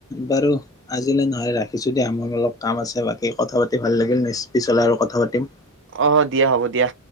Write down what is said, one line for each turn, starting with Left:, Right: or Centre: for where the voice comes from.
Left: বাৰু আজিলে নহলে ৰাখিছো দিয়া মোৰ অলপ কাম আছে বাকী কথা পাতি ভাল লাগিল পিছলে আৰু কথা পাতিম।
Right: আহ দিয়া হ'ব দিয়া।